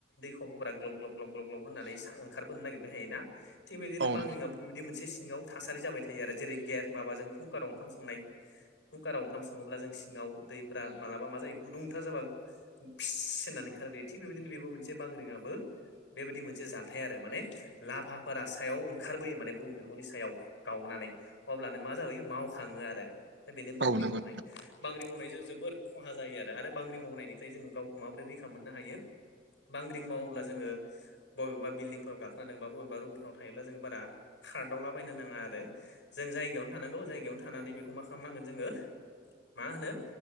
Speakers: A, on the left (about 90°); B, on the right (about 70°).
A: खब'फोरा ग्लब ग्लब ग्लब गब ग्लब होननानै ओंखारबोनो नागिरबाय थायो ना थिगबायदिनो
B: औ
A: बांग्रिबबो
B: नंगौ
A: बेबायदि मोनसे सिङाव थासारि जाबाय थायो आरो जेरै गेस माबाजों कुकाराव ओंखाम संनाय कुकाराव ओंखाम सङोब्ला जों सिङाव दैफ्रा मालाबा मा जायो गुदुंथार जाबा फिस होननानै ओंखारबोयो थिग बेबायदिनो बेबो मोनसे बांग्रिङाबो बेबायदि मोनसे जाथाय आरो माने लाभाफोरा सायाव ओंखारबोयो माने बुहुम बिफनि सायाव गावनानै अब्लानो मा जाबोयो मावखाङो आरो दा बेनो बांग्रि
B: औ नंगौ
A: मावनाय बांग्रि मावनायजों जोबोद खहा जायो आरो आरो बांग्रि मावनायनिफ्राय जोङो गावखौ माबोरै रैखा मोननो हायो बांग्रिं मावोब्ला जोङो बबेबा बिल्डिंफोराव गाखोनाादोंबा बबेबा रुमफोराव थायोब्ला जोङ बारा खार्दावला बायनो नाङा आरो जों जायगायावनो थानांगौ जायगायावनो थानानै बेखौ मा खालामनांगोन जोङो मा होनो